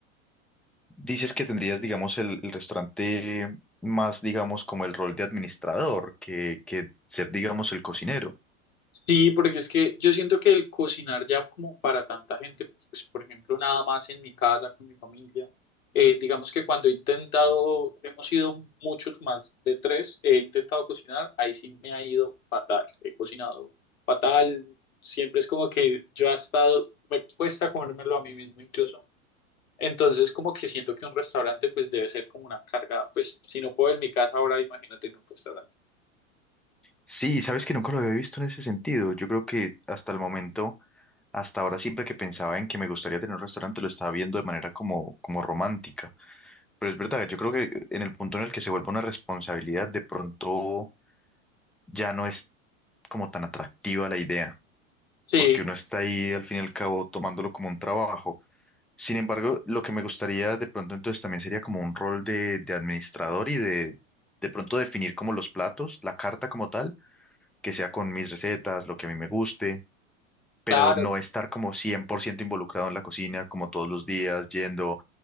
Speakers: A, in the centre; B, on the left.
A: Dices que tendrías, digamos, el, el restaurante más, digamos, como el rol de administrador, que, que ser, digamos, el cocinero.
B: Sí, porque es que yo siento que el cocinar ya como para tanta gente, pues por ejemplo, nada más en mi casa, con mi familia, eh, digamos que cuando he intentado, hemos sido muchos más de tres, he intentado cocinar, ahí sí me ha ido fatal, he cocinado fatal, siempre es como que yo hasta me cuesta comérmelo a mí mismo incluso. Entonces como que siento que un restaurante pues debe ser como una carga, pues si no puedo en mi casa ahora, imagínate en un restaurante.
A: Sí, sabes que nunca lo había visto en ese sentido. Yo creo que hasta el momento... Hasta ahora siempre que pensaba en que me gustaría tener un restaurante lo estaba viendo de manera como, como romántica. Pero es verdad, yo creo que en el punto en el que se vuelve una responsabilidad, de pronto ya no es como tan atractiva la idea,
B: Sí.
A: porque uno está ahí al fin y al cabo tomándolo como un trabajo. Sin embargo, lo que me gustaría de pronto entonces también sería como un rol de, de administrador y de de pronto definir como los platos, la carta como tal, que sea con mis recetas, lo que a mí me guste pero
B: Claro,
A: no estar como 100% involucrado en la cocina, como todos los días, yendo